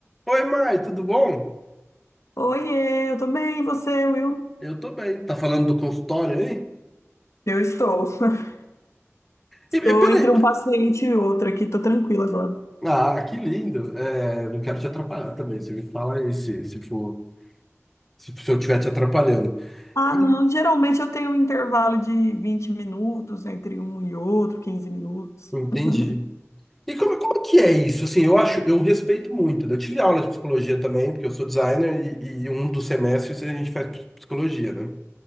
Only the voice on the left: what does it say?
Oiê, eu tô bem, e você, Will?
Eu estou. <laughs>
Estou
entre um paciente e outro aqui, tô tranquila agora.
Ah,
não, geralmente eu tenho um intervalo de 20 minutos entre um e outro, 15 minutos.
<laughs>